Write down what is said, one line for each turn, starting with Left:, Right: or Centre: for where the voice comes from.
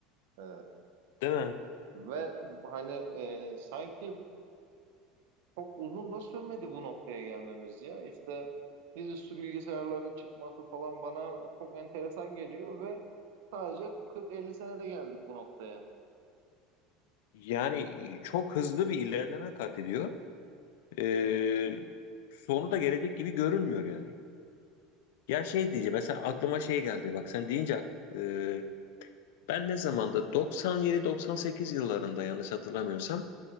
Right: E,
Left: Değil mi?
Right: ve hani e, sanki Çok uzun da sürmedi bu noktaya gelmemiz ya. İşte dizüstü bilgisayarların çıkması falan bana çok enteresan geliyor ve sadece 40-50 senede geldik bu noktaya.
Left: Yani e, çok hızlı bir ilerleme kat ediyor. Ee,
Right: Hı hı.
Left: sonu da gelecek gibi görünmüyor yani. Ya şey diyeceğim mesela
Right: Evet.
Left: aklıma şey geldi bak sen deyince e, ben ne zamanda 97-98 yıllarında yanlış hatırlamıyorsam